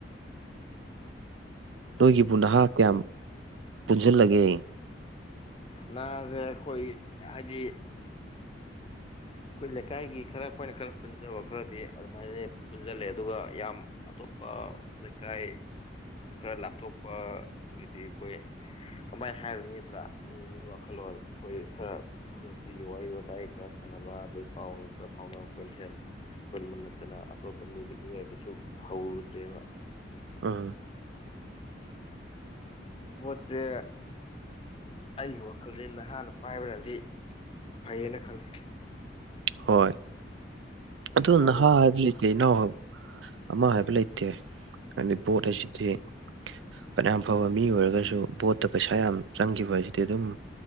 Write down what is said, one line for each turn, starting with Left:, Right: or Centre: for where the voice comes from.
Right: ꯅꯣꯏꯒꯤꯕꯨ ꯅꯍꯥ ꯀꯌꯥꯝ ꯄꯨꯟꯖꯟꯂꯒꯦ
Left: ꯅꯍꯥꯁꯦ ꯑꯩꯈꯣꯏ ꯍꯥꯏꯗꯤ ꯑꯩꯈꯣꯏ ꯂꯩꯀꯥꯏꯒꯤ ꯈꯔ ꯑꯩꯈꯣꯏꯅ ꯈꯔ ꯄꯨꯟꯖꯕ ꯈꯔꯗꯤ ꯑꯗꯨꯃꯥꯏꯅ ꯄꯨꯟꯁꯤꯜꯂꯦ ꯑꯗꯨꯒ ꯌꯥꯝ ꯑꯇꯣꯞꯄ ꯂꯩꯀꯥꯏ ꯈꯔ ꯂꯥꯞꯊꯣꯛꯄꯒꯤꯗꯤ ꯑꯩꯈꯣꯏ ꯀꯃꯥꯏ ꯍꯥꯏꯔꯨꯅꯤꯗ꯭ꯔꯥ ꯃꯤ ꯃꯤ ꯋꯥꯈꯜꯂꯣꯟ ꯑꯩꯈꯣꯏ ꯈꯔ ꯅꯨꯡꯇꯤꯒꯤ ꯋꯥꯔꯤ ꯋꯥꯇꯥꯏ ꯈꯔ ꯁꯥꯟꯅꯕ ꯑꯗꯩ ꯄꯥꯎꯅꯨꯡ ꯈꯔ ꯐꯥꯎꯅꯕ ꯑꯩꯈꯣꯏ ꯃꯁꯦꯜ ꯄꯨꯟꯕ ꯅꯠꯇꯅ ꯑꯇꯣꯞꯄ ꯃꯤꯗꯒꯤ ꯑꯣꯏꯔꯒꯁꯨ ꯍꯧꯔꯨꯗ꯭ꯔꯦꯕ
Right: ꯎꯝ
Left: ꯚꯣꯠ ꯁꯦ ꯑꯩꯒꯤ ꯋꯥꯈꯜꯗꯤ ꯅꯍꯥꯅ ꯄꯥꯏꯕꯅꯗꯤ ꯐꯩꯌꯦꯅ ꯈꯜꯂꯤ
Right: ꯍꯣꯏ ꯑꯗꯨ
Left: ꯍꯥꯏꯗꯤ
Right: ꯅꯍꯥ ꯍꯥꯏꯗꯤ ꯏꯅꯥꯎ ꯑꯃ ꯍꯥꯏꯕ ꯂꯩꯇꯦ ꯍꯥꯏꯗꯤ ꯚꯣꯠ ꯍꯥꯏꯁꯤꯗꯤ ꯐꯅꯌꯥꯝ ꯐꯥꯕ ꯃꯤ ꯑꯣꯏꯔꯒꯁꯨ ꯚꯣꯠꯇ ꯄꯩꯁꯥ ꯌꯥꯝ ꯆꯪꯒꯤꯕ ꯑꯁꯤꯗꯤ ꯑꯗꯨꯝ